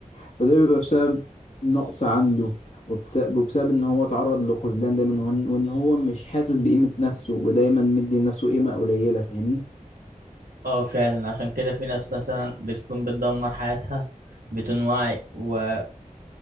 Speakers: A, on the left (about 50°); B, on the right (about 85°).
A: فده بيبقى بسبب نقص عنده وبس- وبسبب إن هو تعرض لخذلان دايما وإن وإن هو مش حاسس بقيمة نفسه ودايما مدي لنفسه قيمة قليلة فاهمني
B: اه فعلا عشان كده في ناس مثلا بتكون بتدمر حياتها بدون وعي وبتبطئ